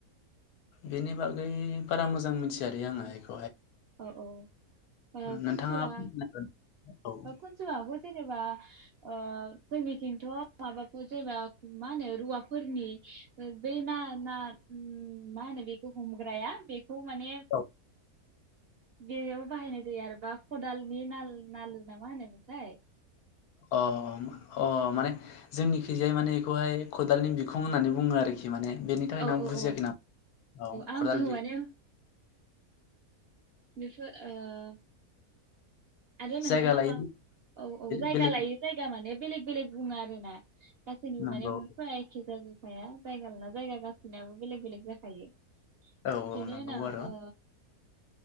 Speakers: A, on the left; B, on the right.
A: बेनि बागै बारा मोजां मिथियारि आङो एखो
B: औ औ ओ
A: नोंथाङा
B: खनसआ
A: फोरमायनो हागोन।
B: खनस'आबो जेनेबा ओ जोंनिथिंथ' माबाखौ जेनेबा मा होनो रुवाफोरनि बै ना ना मा होनो बेखौ हमग्राया बे औ माने
A: औ
B: बेबो बाहायनाय जायो आरोबा खदालनि नाल नाल नामा होनोमोनथाय
A: अम अ माने जोंनि खैजाय माने बेखौहाय खदालनि बिखुं होननानै बुङो आरोखि माने बेनि थाखायनो
B: औ
A: आं
B: औ
A: बुजियाखै
B: औ
A: नाम औ
B: आंबो
A: खदाल बि
B: माने
A: हो
B: बेफोर ओ आरो नोंथाङा
A: जायगा लायै
B: मा औ औ जायगा
A: बेलेग
B: लायो जायगा माने बेलेग बेलेग बुङो आरोना गासैनिबो
A: नंगौ
B: माने मुंफोरा एखे जाजोबखाया जायगा ला ना जायगा गासैनाबो बेलेग बेलेग जाखायो
A: औ
B: बेनि
A: औ नंगौ
B: उनाव
A: आरो
B: ओ